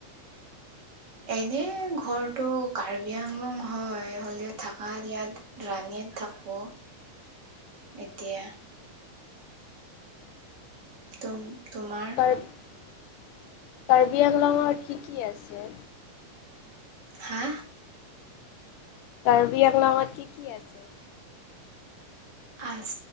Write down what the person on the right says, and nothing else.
এনে ঘৰটোক কাৰ্বি আংলং হয় হ'লে থাকাত ইয়াত ৰাণিত থাকোঁ এতিয়া তম তোমাৰ
হা
আচ